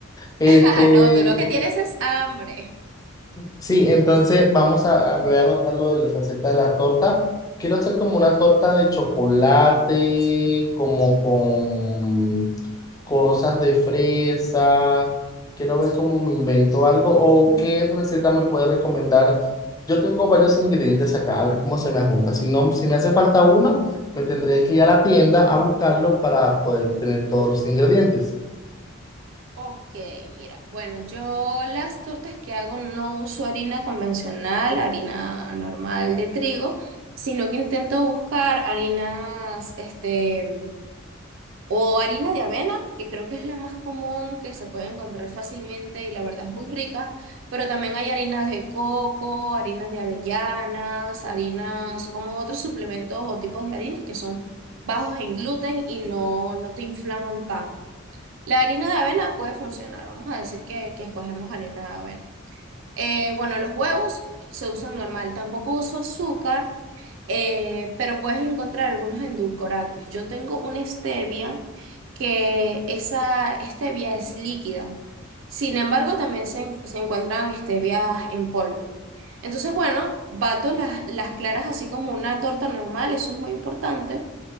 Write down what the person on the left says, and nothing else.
Este,
Sí, entonces vamos a, a- voy a anotar lo de la receta de la torta. Quiero hacer como una torta de chocolate, como con cosas de fresa. Quiero ver cómo me invento algo o qué receta me puede recomendar. Yo tengo varios ingredientes acá, a ver cómo se me junta. Si no, si me hace falta uno, me tendría que ir a la tienda a buscarlo para poder tener todos los ingredientes.